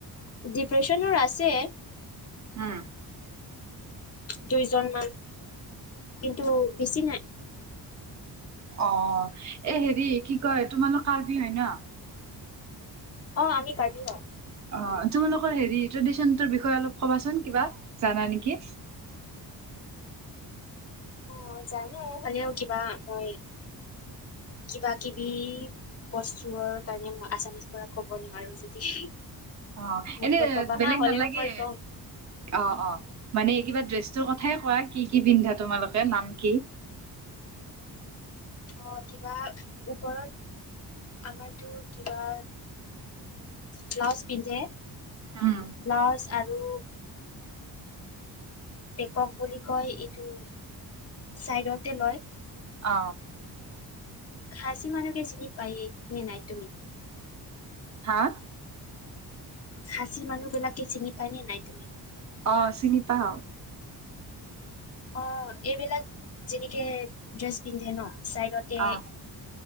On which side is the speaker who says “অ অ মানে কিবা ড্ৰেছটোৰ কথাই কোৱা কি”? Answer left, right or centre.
Right